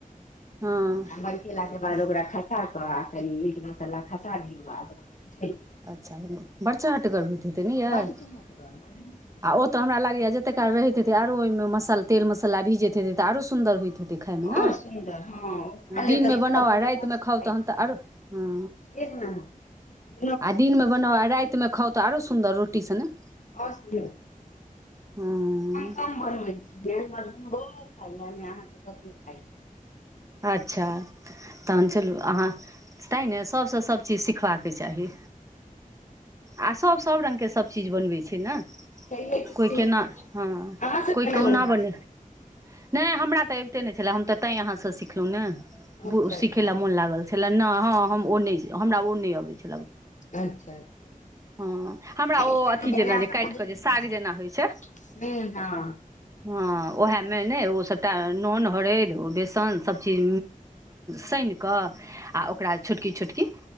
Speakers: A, on the right; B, on the left.
A: हँ
B: <unintelligible> बरकेला के बाद बाद ओकरा खसा कऽ आ कनि मीट मसाला खसा दियौ आ ओकरा उझैल
A: अच्छा भेलय बर चाहटगर होइत हेते
B: दियौ
A: नै यै
B: बड्ड
A: आ
B: चहटगर बड्ड नीक होइ छै
A: ओ तऽ हमरा लागैय जत्ते काल रहैत हेतै तऽ आरो ओहि मे मसाला तेल मसाला भिजैत हेतै तऽ आरो सुन्दर होइत हेतै देखाायमे
B: आओर
A: ने
B: सुन्दर हँ ओ खा लेत
A: दिनमे
B: तऽ बुझाएत
A: बनाउ
B: जेना
A: आ राति
B: माछे
A: मे
B: खाइ
A: खाउ तहन
B: छी
A: तऽ आरो हँ
B: एक न
A: आ दिनमे बनाउ आ रातिमे खाउ तऽ आरो सुन्दर रोटी सने
B: आ और <unintelligible> सुन
A: हँ
B: कम बनै खाइय अहाँ के कथी खाइ छै
A: अच्छा तहन चलू अहाँ तैं ने सब सँ सभ चीज सिखबाक के चाही आ सब सब रंग के सब चीज बनबै छै ने
B: छैहे कि
A: कोई
B: छै
A: केना हँ
B: अहाँ सब
A: कोइ
B: केना
A: कहुना
B: बनबै
A: बने
B: छियै
A: नहि हमरा तऽ अबिते नहि छले हम तऽ तैं अहाँ से सिखलहु ने
B: अच्छा अच्छा
A: सिखय ला मोन लागल छलै नहि हँ हम ओ नहि हमरा ओ नहि अबै छल
B: अच्छा अच्छा
A: हँ हमरा
B: आ ई
A: ओ
B: लऽ
A: अथी
B: कऽ बनायब
A: जेना जे
B: तऽ
A: काटि
B: बड्ड
A: कऽ
B: नीक
A: जे साग
B: हैत
A: जेना होइ छै
B: हूँ हँ
A: हँ ओहामे ने ओ सभटा नोन हरैद बेसन सभ चीज सानिकऽ आ ओ ओकरा छोटकी छोटकी